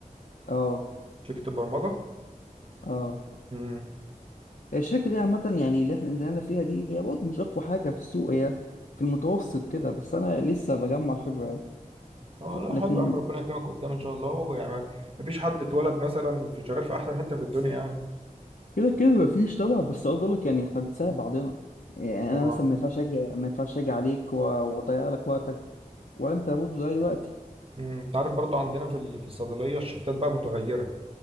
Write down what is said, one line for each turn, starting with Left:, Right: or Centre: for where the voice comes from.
Left: اه
Right: شركه البرمجه؟
Left: اه
Right: امم
Left: الشركه دي عامه يعني اللي احنا اللي انا فيها دي هي برضه مش اقوى حاجه في السوق هي في المتوسط كده بس انا لسه بجمع خبره يعني
Right: اه
Left: ف-
Right: لا
Left: لكن
Right: حلو يا عم ربنا يكرمك قدام ان شاء الله هو يعني مفيش حد اتولد مثلا في شغال في احسن حته في الدنيا يعني
Left: كده كده مفيش طبعا بس عاوز اقول لك يعني احنا بنساعد بعضنا يعني
Right: اه
Left: انا مثلا ما ينفعش اجي ما ينفعش اجي عليك و- واضيع لك وقتك ولا انت برضه ضايع لي وقتي
Right: امم انت عارف برضو عندنا في ال- في الصيدليه الشفتات بقى متغيره